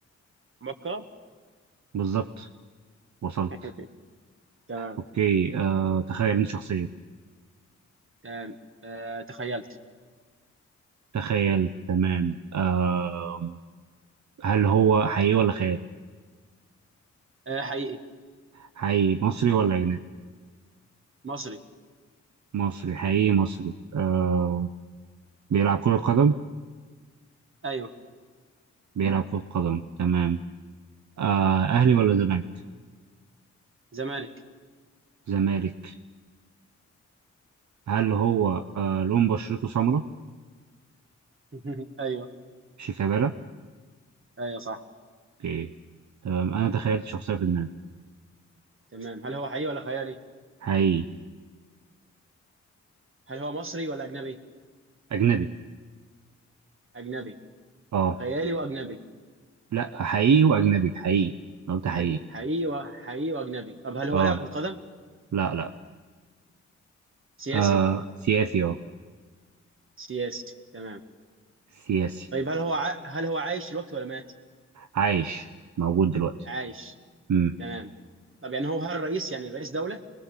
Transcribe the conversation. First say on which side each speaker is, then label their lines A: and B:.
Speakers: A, on the right (about 45°); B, on the right (about 70°).
A: بكر
B: بالظبط وصلت
A: <laughs> تمام
B: اوكي آه تخيل انت شخصية
A: تمام آه تخيلت
B: تخيل تمام آه هل هو حقيقي ولا خيال
A: آه حقيقي
B: حقيقي مصري ولا اجنبي
A: مصري
B: مصري حقيقي مصري آه بيلعب كرة قدم
A: ايوه
B: بيلعب كرة قدم تمام آه اهلي ولا زمالك
A: زمالك
B: زمالك هل هو آه لون بشرته سمراء
A: <laughs> ايوه
B: شيكابالا
A: ايوه صح
B: اوكي تمام انا تخيلت شخصية في دماغي
A: تمام هل هو حقيقي ولا خيالي
B: حقيقي
A: هل هو مصري ولا اجنبي
B: اجنبي
A: اجنبي
B: اه
A: خيالي واجنبي
B: لا حقيقي واجنبي حقيقي أنا قلت
A: حقيقي
B: حقيقي
A: حقيقي وحقيقي واجنبي طب هل هو
B: اه
A: لاعب كرة قدم
B: لا لا
A: سياسي
B: آه سياسي اه
A: سياسي تمام
B: سياسي
A: طيب هل هو ع... هل هو عايش دلوقتي ولا مات؟
B: عايش موجود دلوقتي
A: عايش
B: امم
A: تمام طب يعني هو هل الرئيس يعني رئيس دولة؟